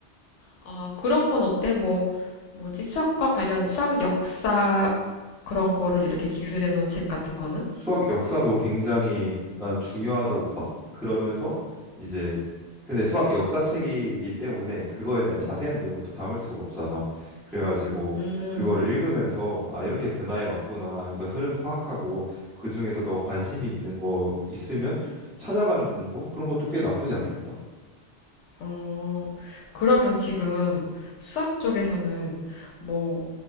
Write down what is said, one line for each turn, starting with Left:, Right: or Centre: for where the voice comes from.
Left: 아, 그런 건 어때? 뭐, 뭐지? 수학과 관련 수학 역사 그런 거를 이렇게 기술해 놓은 책 같은 거는?
Centre: 수학 역사도 굉장히 나는 중요하다고 봐. 그러면서 이제 근데 수학 역사 책이기 때문에 그거에 대한 자세한 내용을 또 담을 수가 없잖아. 그래가지고
Left: 음,
Centre: 그거를 읽으면서 아 이렇게 변화해 왔구나 하면서 흐름 파악하고 그 중에서 너 관심이 있는 거 있으면 찾아가는 공부 그런 것도 꽤 나쁘지 않겠다.
Left: 어, 그러면 지금 수학 쪽에서는 뭐